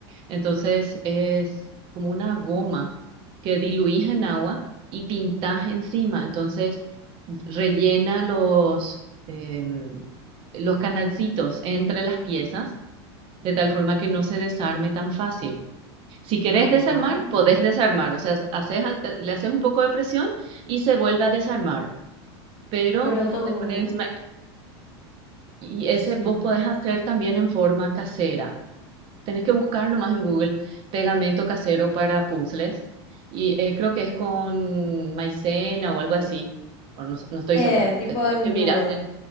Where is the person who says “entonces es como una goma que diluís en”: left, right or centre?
Right